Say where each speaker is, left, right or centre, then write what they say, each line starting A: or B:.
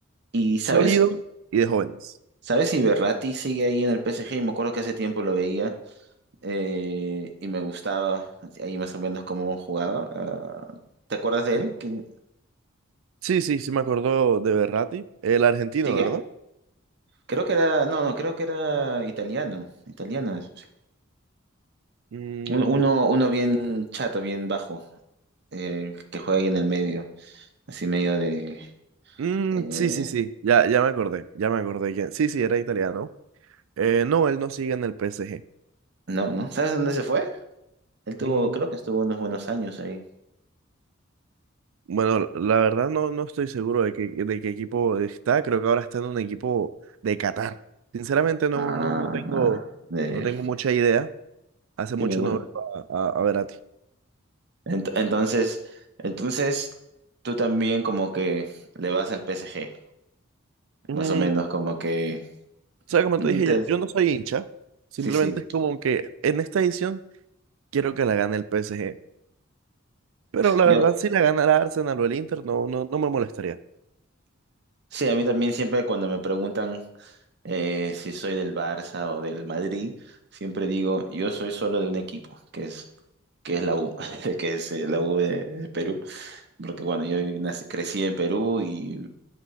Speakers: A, on the right; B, on the right.
A: Y
B: sólido
A: sabes,
B: y de jóvenes.
A: sabes si Berratti sigue ahí en el PSG, y me acuerdo que hace tiempo lo veía eh, y me gustaba ahí más o menos cómo jugaba. Ah, ¿te acuerdas de
B: Sí,
A: él? ¿Quién-
B: sí, sí sí me acordó de Berratti, el argentino,
A: ¿Sigue?
B: ¿verdad?
A: Creo que era, no, no, creo que era italiano, italiano. es. sí.
B: Mm,
A: Un- Uno, uno bien chato, bien bajo, eh, que juega ahí en el medio, así medio de...
B: mm,
A: eh,
B: sí, sí, sí, ya, ya me acordé, ya me acordé. quién- Sí, sí, era italiano. Eh, no, él no sigue en el PSG.
A: no, ¿no? ¿Sabes dónde se fue? Él tuvo,
B: Mm,
A: creo que estuvo unos buenos años ahí.
B: bueno, la verdad no, no estoy seguro de qué, de qué equipo está. Creo que ahora está en un equipo de Qatar. Sinceramente no,
A: Ah,
B: no, no tengo,
A: de,
B: no tengo mucha idea. Hace mucho
A: sí, me,
B: no veo a, a, a Verratti.
A: Ent- entonces, entonces tú también como que le vas al PSG,
B: Mm,
A: más o menos
B: o
A: como que
B: sea, como
A: mm,
B: te dije,
A: te-
B: yo, yo no soy hincha. Simplemente
A: sí, sí.
B: es como que en esta edición quiero que la gane el PSG. Pero la
A: Yo
B: verdad, si la gana el Arsenal o el Inter, no, no, no me molestaría.
A: sí, a mí también siempre cuando me preguntan eh, si soy del Barça o del Madrid, siempre digo, yo soy solo de un equipo, que es que es la U, <laughs> que es eh, la U de, de Perú, porque bueno, yo nací- crecí en Perú y